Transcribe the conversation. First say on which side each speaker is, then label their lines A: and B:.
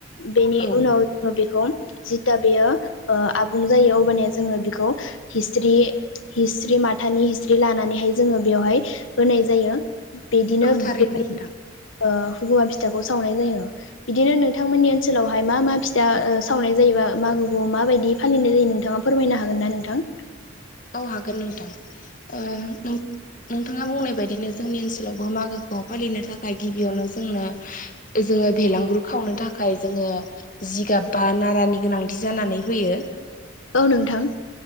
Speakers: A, on the left (about 85°); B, on the left (about 40°).
A: बेनि
B: औ
A: उनाव ओ बेखौ जिथा बेयो आबुं जायो अबानिया जोङो बेखौ हिस्रि हिस्रि माथानि हिस्रि लानानैहाय जोङो बेवहाय होनाय जायो। बिदिनो
B: औ थारैनो
A: बेबायदि
B: नोंथां
A: ओ हुगुमा फिथाखौ सावनाय जायो। बिदिनो नोंथांमोननि ओनसोलावहाय मा मा फिथा ओ सावनाय जायोबा माागोखौ मााबायदि फालिनाय जायो नोंथाङा फोरमायनो हागोन ना नोंथां?
B: औ हागोन नोंथां ओ औ नोंथाङा बुंनाय बायदिनो जोंनि ओनसोलावबो मागोखौ फालिनो थाखाय गिबियावनो जोंनो जोङो बेेलांगुर खावनो थाखाय जोङो जिगाब बा नारानि गोनांथि जानानै फैयो।
A: औ नोंथां